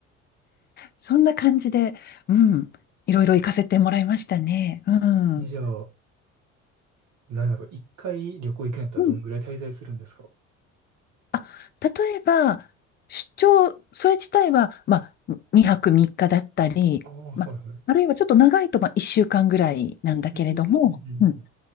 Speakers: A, on the left; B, on the right.
A: そんな感じで、うん、いろいろ行かせてもらいましたね。う
B: う。え、
A: ん。
B: じゃあ、なんやろ、一回旅行行くんやったらどんぐらい滞在するんですか
A: うん。あ、例えば、出張、それ自体は、まあ、2泊3日だったり、
B: ああ、はいはい。
A: まあ、あるいはちょっと長いと、まあ、1週間ぐらいなんだけれども、
B: うんうんうんうん。
A: うん